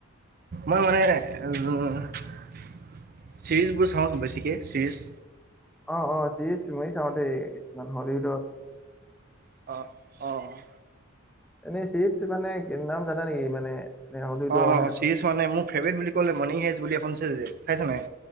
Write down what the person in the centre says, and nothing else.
অ' অ' চিজ মই চাওঁতে কিছুমান হলিউডৰজ
এনেই শত মানে নাম জানা নেকি মানে? এনে হলিউডৰ
আহে